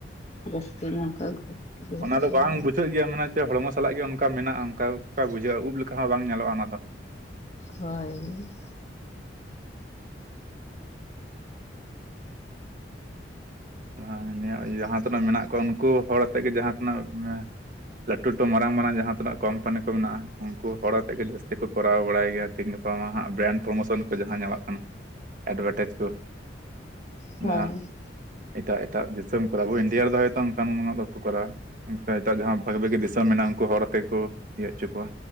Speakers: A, on the left (about 35°); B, on the right (about 45°).
A: ᱵᱚᱥᱛᱤ ᱱᱚᱝᱠᱟ ᱜᱷᱩᱛᱤ
B: ᱫᱚ ᱵᱟᱝ
A: <unintelligible>
B: ᱥᱟᱹᱭ ᱜᱮᱭᱟᱢ ᱚᱱᱟ ᱪᱮ ᱦᱚᱲᱢᱚ ᱥᱟᱞᱟᱜ ᱜᱮ ᱚᱱᱠᱟ ᱢᱮᱱᱟᱜᱼᱟ, ᱚᱱᱠᱟ ᱵᱩᱡᱷᱟᱹᱜᱼᱟ ᱩᱵ ᱞᱮᱠᱟ ᱦᱚᱸ ᱵᱟᱝ ᱧᱮᱞᱚᱜᱼᱟ ᱚᱱᱟ ᱫᱚ
A: ᱦᱳᱭ
B: ᱦᱳᱭ ᱱᱤᱭᱟᱹ ᱡᱟᱦᱟᱸ ᱛᱤᱱᱟᱹᱜ ᱢᱮᱱᱟᱜ ᱠᱚᱣᱟ ᱩᱱᱠᱩ ᱦᱚᱲ ᱟᱛᱮᱫ ᱜᱮ ᱡᱟᱦᱟᱸ ᱛᱤᱱᱟᱹᱜ ᱞᱟᱹᱴᱩ ᱞᱟᱹᱴᱩ ᱢᱟᱨᱟᱝ ᱢᱟᱨᱟᱝ ᱡᱟᱦᱟᱸ ᱛᱤᱱᱟᱹᱜ ᱠᱳᱢᱯᱟᱱᱤ ᱠᱚ ᱢᱮᱱᱟᱜᱼᱟ ᱩᱱᱠᱩ ᱦᱚᱲ ᱟᱛᱮᱫ ᱜᱮ ᱡᱟᱹᱥᱛᱤ ᱠᱚ ᱠᱚᱨᱟᱣ ᱵᱟᱲᱟᱭ ᱜᱮᱭᱟ ᱛᱮᱦᱮᱧ ᱜᱟᱯᱟ ᱢᱟ ᱦᱟᱸᱜ ᱵᱨᱮᱱᱰ ᱯᱨᱢᱳᱥᱚᱱ ᱠᱚ ᱡᱟᱦᱟᱸ ᱧᱮᱞᱚᱜ ᱠᱟᱱ ᱮᱰᱵᱷᱮᱴᱟᱡ ᱠᱚ
A: ᱦᱳᱭ
B: ᱡᱟᱦᱟᱸ ᱮᱴᱟᱜ ᱮᱴᱟᱜ ᱫᱤᱥᱚᱢ ᱠᱚᱨᱮ ᱟᱵᱚ ᱤᱱᱰᱤᱭᱟ ᱨᱮᱫᱚ ᱦᱚᱭᱛᱚ ᱚᱱᱠᱟᱱᱟᱜ <unintelligible> ᱫᱚ ᱵᱟᱠᱚ ᱠᱚᱨᱟᱣᱟ ᱚᱱᱛᱮ ᱮᱴᱟᱜ ᱡᱟᱦᱟᱸ ᱵᱷᱟᱹᱜᱮ ᱵᱷᱟᱹᱜᱮ ᱫᱤᱥᱚᱢ ᱢᱮᱱᱟᱜᱼᱟ ᱩᱱᱠᱩ ᱦᱚᱲ ᱟᱛᱮᱠᱚ ᱤᱭᱟᱹ ᱦᱚᱪᱚ ᱠᱚᱣᱟ